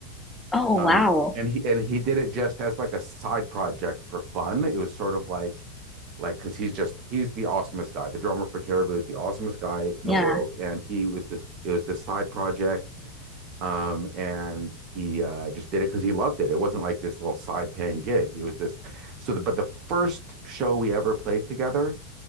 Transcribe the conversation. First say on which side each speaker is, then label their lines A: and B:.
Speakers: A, in the centre; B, on the right.
A: oh
B: Um,
A: wow
B: and he and he did it just as like a side project for fun. It was sort of like like because he's just he's the awesomest guy. The drummer for Caribou is the awesomest guy in
A: yeah
B: the world, and he was this it was this side project. Um, and he uh, just did it because he loved it. It wasn't like this little side paying gig. It was this. So, the, but the first show we ever played together,